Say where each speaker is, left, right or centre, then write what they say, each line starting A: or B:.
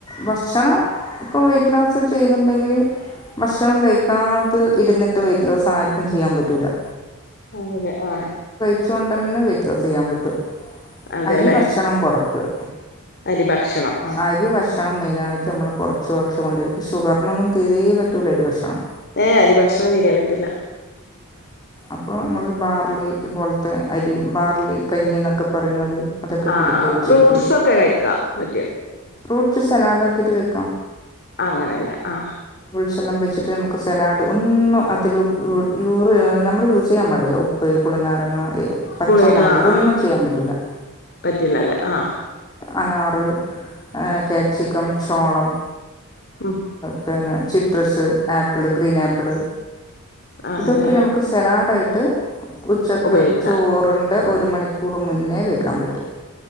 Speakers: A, on the left; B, on the left.
A: ഭക്ഷണം ഇപ്പൊ വെറ്റ് ലോസ് ചെയ്യുന്നുണ്ടെങ്കില് ഭക്ഷണം കഴിക്കാതെ ഇരുന്നിട്ട് വെയ്റ്റ് ലോസ് ആർക്കും ചെയ്യാൻ പറ്റൂല
B: ആണ്ലേ ആ
A: ച്ച് കൊണ്ടെന്നെ വെയിറ്റ് ലോസ് ചെയ്യാൻ പറ്റും
B: അതെല്ലേ
A: അരി ഭക്ഷണം കുറയ്ക്കുക
B: അരി ഭക്ഷണം ആ
A: അരി ഭക്ഷണം മെയിനായിട്ട് നമ്മൾ കുറച്ച് കുറച്ച് കൊണ്ടുവരും പ്പോ ഷുഗറിനൊന്നും തീരെ പറ്റൂല അരി ഭക്ഷണം
B: ഏ അരി ഭക്ഷണം തീരെ പറ്റില
A: അപ്പോ നമ്മള് ബാർലി പോലത്തെ അരി ബാർലി കഞ്ഞി ക്കെ പറയുന്നത് അതൊക്കെ
B: ആഹ്
A: കുടിക്ക
B: ആഹ്
A: ഉച്ചക്ക്
B: ഫ്രൂട്ട്സ് ഒക്കെ കഴിക്കാം പറ്റും
A: ഫ്രൂട്ട്സ് സലാഡ് ആക്കിയിട്ട് കഴിക്കാം
B: അങ്ങനെല്ലേ ആ
A: സെല്ലാം വച്ചിട്ട് നമുക്ക് സലാഡ് ഒന്നും അതികം യൂറി നമ്മള് യൂസ് ചെയ്യാൻ പാടില്ല ഉപ്പ് പുളിനാരങ്ങ പച്ചമുളക്
B: പുളി ആഹ്
A: ഇതൊന്നും
B: ആഹ്
A: ചെയ്യാൻ പറ്റൂല
B: പറ്റില്ലല്ലേ ആ
A: അനാറ് കാപ്സിക്കം ചോളം
B: ഉം
A: പിന്നെ സിട്രസ്സ് ആപ്പിള് ഗ്രീൻ ആപ്പിള്
B: ആണല്ലേ
A: ഇതൊക്കെ നമുക്ക് സലാഡായിട്ട് ഉച്ചക്ക്
B: ഉപയോഗിക്കാം
A: ചോറിന്റെ ഒരു മണിക്കൂർ മുന്നേ കഴിക്കാൻ പറ്റും